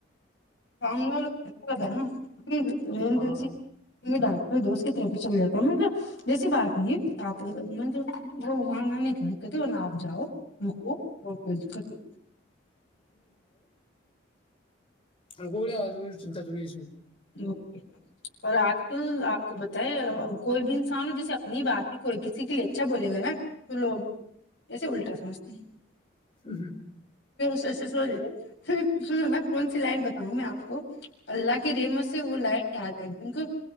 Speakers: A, on the left; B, on the left.
A: کنلول پورا گھر ہے نا <unintelligible>
B: ہاں
A: کوئی دوست کی طرف بھی چل جاتا ہے مگر ایسی بات نہیں ہے آپ وہاں آنے کی دقت ہے نہ آپ جاؤ رکو اور کوئی دقت نہیں
B: ہو بوڑھے ادمی سے تجویز
A: و اور آج کل آپ کو بتائے کوئی بھی انسان جیسے اپنی بات ہے کوئی کسی کے لیے اچھا بولے گا نا تو لوگ جسے الٹا سمجھتے ہیں
B: ہو ہو
A: سی سی سو رہ سو نا کون سی لائن بتاؤ میں آپ کو اللہ کی کی رحمت سے وہ لائن یاد ہے جن کو